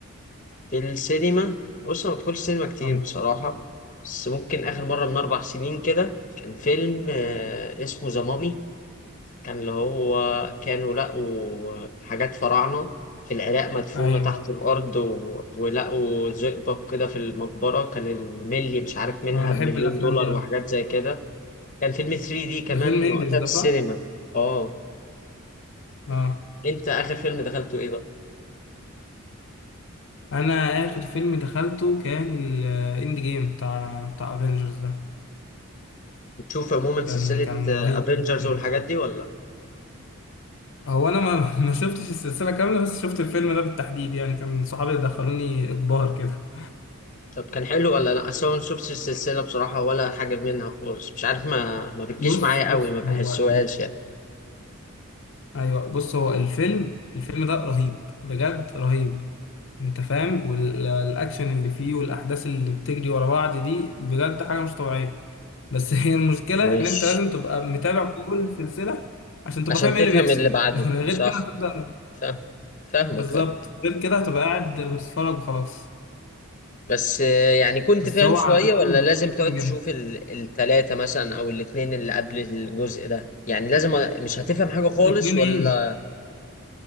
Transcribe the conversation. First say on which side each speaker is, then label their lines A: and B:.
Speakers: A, on the left; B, on the left.
A: في السينما بص أنا ما بدخلش سينما كتير
B: اه
A: بصراحة بس ممكن آخر مرة من أربع سنين كده كان فيلم آه اسمه ذا مامي كان اللي هو كانوا لقوا حاجات فراعنة في العراق مدفونة
B: ايوه
A: تحت الأرض و... ولقوا زئبق كده في المقبرة كان الملي مش عارف منها
B: انا بحب
A: بمليون
B: الافلام
A: دولار
B: دي قوي
A: وحاجات زي كده كان فيلم 3D كمان
B: ده فيلم انجلش
A: وقتها
B: ده
A: في السينما
B: صح
A: اه
B: اه
A: انت آخر فيلم دخلته ايه بقى؟
B: انا اخر فيلم دخلته كان الاند جيم بتاع بتاع افنجرز ده
A: بتشوف عموما سلسلة
B: كان كان
A: افنجرز
B: رهيب
A: والحاجات
B: بصراحه
A: دي ولا
B: هو انا ما <laughs> ما شفتش السلسله كامله بس شفت الفيلم ده بالتحديد يعني كان صحابي دخلوني اجبار كده
A: طب كان حلو ولا لا اصل أنا ما شفتش السلسلة بصراحة ولا حاجة منها خالص مش عارف ما ما بتجيش
B: بص
A: معايا
B: بص
A: قوي ما بحسوهاش
B: هو
A: يعني
B: ايوه بص هو الفيلم الفيلم ده رهيب بجد رهيب انت فاهم والاكشن اللي فيه والاحداث اللي بتجري ورا بعض دي بجد حاجه مش طبيعيه بس <laughs> هي المشكله
A: ماشي
B: ان انت لازم تبقى متابع كل السلسله عشان تبقى
A: عشان
B: فاهم
A: تفهم
B: ايه اللي بيحصل
A: اللي بعده
B: <laughs> غير
A: صح
B: كده هتبدا
A: فاهم فاهمك
B: بالظبط
A: بقى
B: غير كده هتبقى قاعد بتتفرج وخلاص
A: بس آه، يعني كنت
B: بس
A: فاهم
B: هو
A: شوية
B: عاده
A: ولا
B: حلو
A: لازم تقعد تشوف
B: جامد
A: ال- التلاتة مثلا أو الاتنين اللي قبل الجزء ده يعني لازم أ- مش هتفهم حاجة خالص
B: لا، اتنين
A: ولا
B: ايه